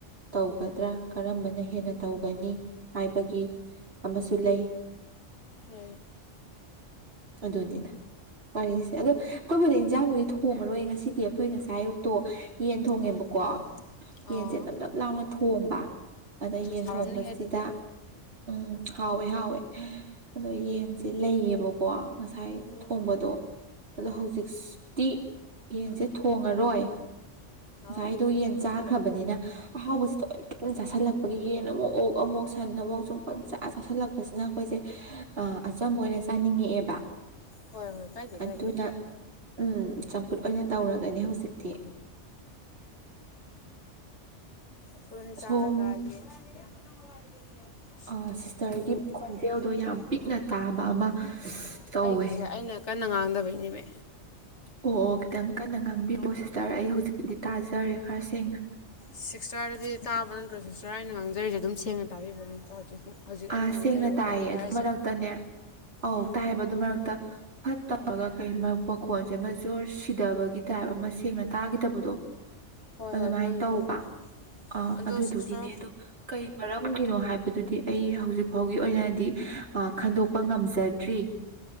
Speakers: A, on the right (about 55°); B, on the left (about 70°).
A: ꯇꯧꯒꯗ꯭ꯔꯥ ꯀꯔꯝꯕꯅ ꯍꯦꯟꯅ ꯇꯧꯒꯅꯤ ꯍꯥꯏꯕꯒꯤ ꯑꯃꯁꯨ ꯂꯩ
B: ꯎꯝ
A: ꯑꯗꯨꯅꯤꯗ ꯋꯥꯔꯤꯁꯦ ꯑꯗꯣ ꯑꯩꯈꯣꯏꯕꯨꯗ ꯏꯟꯖꯥꯡꯕꯨꯗꯤ ꯊꯣꯡꯉꯔꯣꯏ ꯉꯁꯤꯗꯤ ꯑꯩꯈꯣꯏ ꯉꯁꯥꯏ ꯑꯌꯨꯛꯇꯣ ꯌꯦꯟ ꯊꯣꯡꯉꯦꯕꯀꯣ
B: ꯎꯝ ꯑꯣ
A: ꯌꯦꯟꯁꯦ ꯑꯗꯨꯝ ꯂꯞ ꯂꯥꯎꯅ ꯊꯣꯡꯕ ꯑꯗꯩꯩ
B: ꯑꯁ
A: ꯌꯦꯟ
B: ꯍꯥꯎꯔꯝꯅꯤꯍꯦ
A: ꯊꯣꯡꯕꯁꯤꯗ
B: ꯑꯗꯨꯗꯤ
A: ꯎꯝ ꯍꯥꯎꯋꯦ ꯍꯥꯎꯋꯦ ꯑꯗꯣ ꯌꯦꯟꯁꯦ ꯂꯩꯌꯦꯕꯀꯣ ꯉꯁꯥꯏ
B: ꯎꯝ
A: ꯊꯣꯡꯕꯗꯣ ꯑꯗꯣ
B: ꯎꯝ
A: ꯍꯧꯖꯤꯛꯁꯇꯤ ꯌꯦꯟꯁꯦ ꯊꯣꯡꯉꯔꯣꯏ
B: ꯑꯥ
A: ꯉꯁꯥꯏꯗꯣ ꯌꯦꯟ ꯆꯥꯈ꯭ꯔꯕꯅꯤꯅ ꯑꯍꯥꯎꯕꯁꯦ ꯇꯣꯏꯅ ꯇꯣꯏꯅ ꯆꯥꯥꯁꯜꯂꯛꯄꯒꯤ ꯌꯦꯟ ꯑꯃꯨꯛ ꯑꯣꯛ ꯑꯃꯨꯛ ꯁꯟ ꯑꯃꯨꯛ ꯁꯨꯝ ꯄꯪ ꯆꯥ ꯆꯥꯁꯜꯂꯛꯄꯁꯤꯅ ꯑꯩꯈꯣꯏꯁꯦ ꯑꯆꯝꯕ ꯑꯣꯏꯅ ꯆꯥꯅꯤꯡꯉꯛꯑꯦꯕ
B: ꯍꯣꯏ ꯍꯣꯏ ꯀꯥꯏꯗꯦ
A: ꯑꯗꯨꯅ
B: ꯀꯥꯏꯗꯦ
A: ꯎꯝ ꯆꯝꯐꯨꯠ ꯑꯣꯏꯅ ꯇꯧꯔꯒꯅꯤ ꯍꯧꯖꯤꯛꯇꯤ
B: ꯄꯨꯅꯤ ꯆꯥꯔꯒ
A: ꯁꯣꯝ
B: ꯑꯩꯒꯤꯖꯦ
A: ꯑꯥ ꯁꯤꯁꯇꯔꯒꯤ ꯈꯣꯟꯖꯦꯜꯗꯣ ꯌꯥꯝ ꯄꯤꯛꯅ ꯇꯥꯕ ꯑꯃ ꯇꯧꯋꯦ
B: ꯑꯩꯅ ꯀꯟꯅ ꯉꯥꯡꯗꯕꯩꯅꯦꯃꯦ
A: ꯑꯣ ꯑꯣ ꯈꯤꯇꯪ ꯀꯟꯅ ꯉꯥꯡꯕꯤꯔꯑꯣ ꯁꯤꯁꯇꯔ ꯑꯩ ꯍꯧꯖꯤꯛꯀꯤꯗꯤ ꯇꯥꯖꯔꯦ ꯈꯔ ꯁꯦꯡꯅ
B: ꯁꯤꯛꯁꯇ꯭ꯔ ꯑꯗꯨꯗꯤ ꯇꯥꯕ ꯅꯠꯇ꯭ꯔꯣ ꯁꯤꯁꯇ꯭ꯔ ꯑꯩꯅ ꯉꯥꯡꯖꯔꯤꯖꯦ ꯑꯗꯨꯝ ꯁꯦꯡꯅ ꯇꯥꯕꯤꯕ ꯅꯠꯇ꯭ꯔꯣ ꯍꯧꯖꯤꯛ ꯍꯧꯖꯤꯛ ꯑꯩꯅ
A: ꯑ
B: ꯉꯥꯡꯖꯔꯤꯕ
A: ꯁꯦꯡꯅ ꯇꯥꯏꯌꯦ
B: ꯋꯥꯍꯩ
A: ꯑꯗꯨ
B: ꯈꯔꯁꯦ
A: ꯃꯔꯛꯇꯅꯦ ꯑꯧ
B: ꯎꯝ
A: ꯇꯥꯏꯕ ꯑꯗꯨ ꯃꯔꯛꯇ ꯐꯠꯇꯧꯔꯒ ꯀꯩ ꯃꯈꯣꯟꯁꯦ ꯑꯃ ꯖꯣꯔ ꯁꯤꯗꯕꯒꯤ ꯇꯥꯏꯞ ꯑꯃ ꯁꯦꯡꯅ ꯇꯥꯈꯤꯗꯕꯗꯣ
B: ꯍꯣꯏ
A: ꯑꯗꯨꯃꯥꯏꯅ
B: ꯍꯣꯏ ꯈꯪꯉꯤ
A: ꯇꯧꯕ
B: ꯈꯪꯉꯤ
A: ꯑ
B: ꯑꯗꯣ
A: ꯑꯗꯨꯗꯨꯒꯤꯅꯦ
B: ꯁꯤꯁꯇꯔ
A: ꯑꯗꯨ ꯀꯩ ꯃꯔꯝꯒꯤꯅꯣ ꯍꯥꯏꯕꯗꯨꯗꯤ ꯑꯩ ꯍꯧꯖꯤꯛ ꯐꯥꯎꯒꯤ ꯑꯣꯏꯅꯗꯤ ꯈꯟꯗꯣꯛ ꯀꯄ ꯉꯝꯖꯗ꯭ꯔꯤ